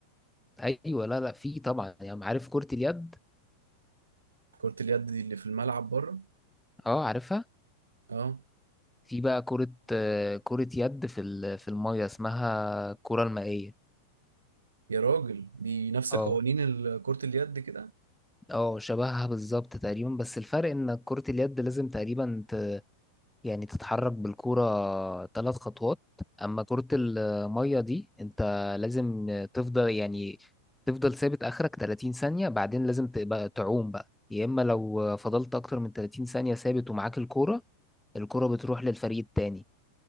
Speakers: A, in the centre; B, on the right (about 70°).
A: ايوه لا لا في طبعا يعني عارف كرة اليد
B: كرة اليد دي اللي في الملعب بره
A: اه عارفها
B: أه
A: في بقى كرة آه، كرة يد في ال- في المية اسمها الكرة المائية
B: يا راجل دي نفس
A: اه
B: قوانين ال- كرة اليد كده
A: اه شبهها بالظبط تقريبا بس الفرق ان كرة اليد لازم تقريبا ت... يعني تتحرك بالكرة ثلاث خطوات اما كرة المية دي انت لازم تفضل يعني تفضل ثابت اخرك 30 ثانية بعدين لازم تبقى تعوم بقى يا اما لو فضلت اكتر من 30 ثانية ثابت ومعاك الكرة الكرة بتروح للفريق التاني